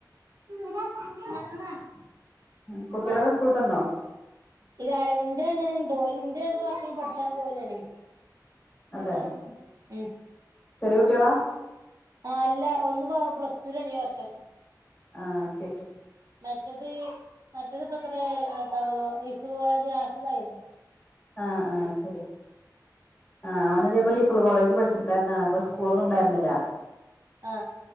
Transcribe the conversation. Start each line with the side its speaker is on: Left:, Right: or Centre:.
Right: <unintelligible>
Left: ഉം. കുട്ടികളൊക്കെ സ്കൂളിട്ട് വന്നോ
Right: ഇത് ആര ന്താണ് ഡോലിന്റെ കണ്ട് മാത്രം പഠിച്ചാൻ <unintelligible> വലുതാവമ്പം
Left: അതെ
Right: ഉം
Left: ചെറിയ കുട്ടികളാ
Right: ആ അല്ല ഒന്ന് പാ പ്ലസ് ടൂവിലാണ് ഈ വർഷം
Left: ആ ശെരി
Right: മറ്റേത് മറ്റേത് ഇപ്പം എത്രിലേട്ടാ ഹിഫ്ള് കോളേജ് ഹാഫിളായിണ്
Left: ആ ആ ശെരി ആ ഓന് ഇതേപോലെ ഇഫ്ള് കോളേജ് പട്ച്ച് ണ്ടായിര്ന്നാണ് അപ്പൊ സ്കൂളൊന്നുംണ്ടായിര്ന്നില്ല
Right: ആ